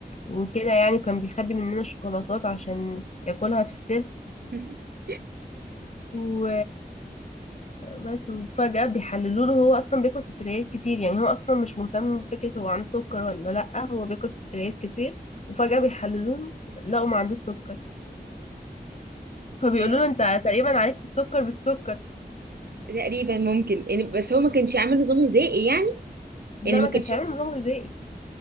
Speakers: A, on the left (about 45°); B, on the right (about 70°).
A: وكده يعني وكان بيخبي مننا الشوكولاتات عشان ياكلها في السر
B: <laughs>
A: و بس وفجأة بيحللوا له هو اصلا بياكل سكريات كتير يعني هو اصلا مش مهتم بفكرة هو عنده سكر ولا لا هو بياكل سكريات كتير وفجأة بيحللوا له لقوا ما عندوش سكر فبيقولوا
B: آه،
A: له انت تقريبا عالجت السكر بالسكر
B: تقريبا ممكن يعني بس هو ما كانش عامل نظام غذائي يعني
A: لا
B: يعني ما
A: ما
B: كانش
A: كانش عامل نظام غذائي